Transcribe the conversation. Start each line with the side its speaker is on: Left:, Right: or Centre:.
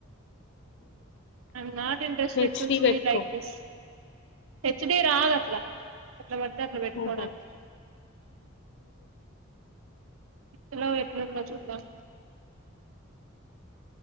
Right: I am not interested
Left: H
Right: two
Left: D
Right: C
Left: పెట్టుకో
Right: లైక్ థిస్ హెచ్ డి రాదు అట్లా ఎట్లా పెడితే అట్లా పెట్టుకోడానికి
Left: ఓహో
Right: ఇలా ఎట్లుందో చూద్దాం